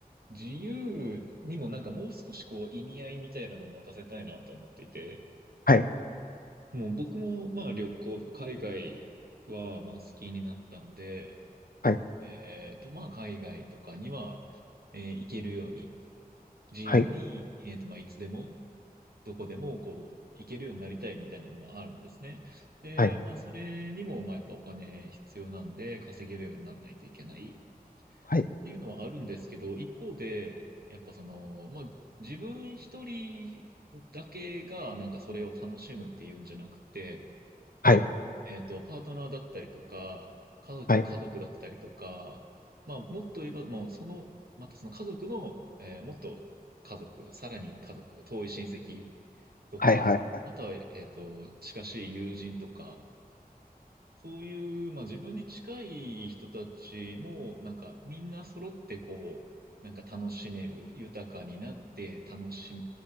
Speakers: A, on the right (about 75°); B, on the left (about 65°).
A: 自由にもなんかもう少しこう意味合いみたいなのを持たせたいなと思っていて、
B: はい、
A: もう僕もまあ旅行とか海外はまあ好きになったんで、
B: はい、
A: えっとまあ海外とかには、えー行けるように、自由に、
B: はい、
A: えっとまあいつでもどこでもこう、行けるようになりたいみたいなのはあるんですね。で、
B: はい、
A: まあ、それにも、まあ、やっぱお金必要なんで、稼げるようにならないといけないっ
B: はい、
A: ていうのはあるんですけど、一方で、やっぱその、まあ、自分一人だけがなんかそれを楽しむっていうんじゃなくて、
B: はい。
A: えっと、パートナーだったりとか、家族、
B: はい
A: 家族だったりとか、まあ、もっと言えば、もうその、またその家族の、えーもっと家族、さらに家族、遠い親戚とか、
B: はいはいはい。
A: あとは、えっと、近しい友人とか、そういう、まあ自分に近い人たちも、なんかみんな揃ってこう、なんか楽しめる、豊かになって楽し